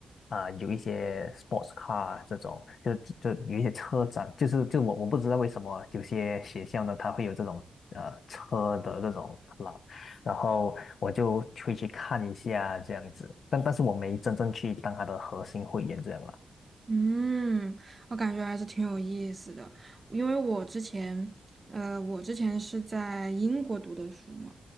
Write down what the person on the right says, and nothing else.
嗯，我感觉还是挺有意思的，因为我之前，呃，我之前是在英国读的书嘛。